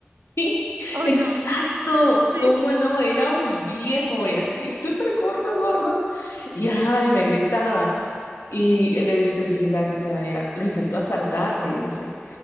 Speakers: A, on the left; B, on the right.
A: Sí,
B: ¿O
A: Exacto,
B: no? ¿Sí?
A: ¿cómo no? Era un viejo y así, súper gordo, gordo. Y ajá, y me gritaba. Y le dice el vigilante todavía, lo intentó asaltar, le dice.